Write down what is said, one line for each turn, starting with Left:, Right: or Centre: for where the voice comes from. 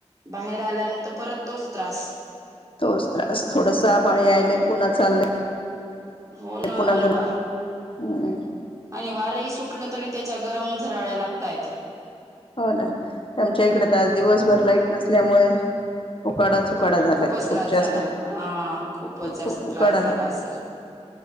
Right: बाहेर आल्यानंतर परत तोच त्रास.
Left: तोच त्रास थोडस आबाळ
Right: हम्म
Left: आयले पुन्हा चालय
Right: हो
Left: त्यात
Right: ना
Left: पुन्हा
Right: आणि
Left: गरम
Right: वा आणि वारही सुटलं तरी त्याच्या गरम झराळ्या लागत्यात.
Left: हो ना आमच्या इकडे तर आज दिवसभर
Right: हम्म
Left: लाईट नसल्यामुळे उकाडच, उकाडा. झालाय
Right: खूपच
Left: खूप
Right: त्रास
Left: जास्त
Right: झाला हा खूपच जास्त
Left: खूप उकाडा
Right: त्रास झाला असेल.